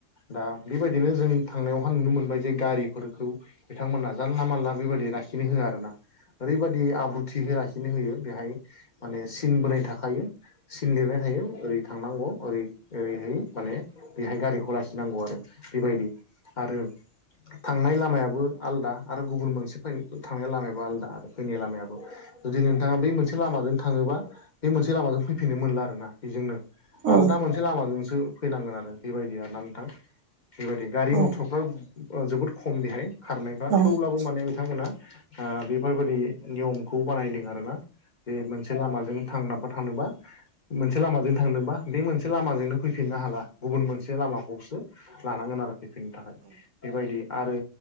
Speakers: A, on the left; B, on the right.
A: दा बेबाय दिनो जों थांनायावहा नुनो मोनबाय जे गारिफोरखौ बिथांमोना जानला मानला बेबायदि लाखिनो होआ आरो ना। ओरैबादि आब्रुथि है लाखिनो होयो बेहाय माने सिन बोनाय थाखायो सिन लिरनाय थायो। ओरै थांनांगौ ओरै ओरैहाय माने बेहाय गारिखौ लासिनांगौ आरो बेबायदि। आरो थांनाय लामायाबो आलदा आरो गुबुन मोनसे फै थांनाय लामायाबो आलदा आरो फैनाय लामायाबो। जुदि नोंथाङा बै मोनसे लामाजों थाङोबा बे मोनसे लामाजों फैफिननो मोनला आरो ना बेजोंनो।
B: औ
A: आलदा मोनसे लामाजोंसो फैनांगोन आरो बेबायदि आरो ना नोंथां बेबायदि। गारि मथरफ्रा
B: औ
A: जोबोद खम बेहाय। खारनायफ्रा
B: औ
A: थेवब्लाबो माने बिथांमोना बेफोरबायाददि नियमखौ बानायदों आरोना। जे मोनसे लामाजों थांनाबा थानोबा मोनसे लामाजों थांदोंबा बे मोनसे लामाजोंनो फैफिननो हाला गुबुन मोनसे लामाखौसो लानांगोन आरो फैफिननो थाखाय। बेबायदि आरो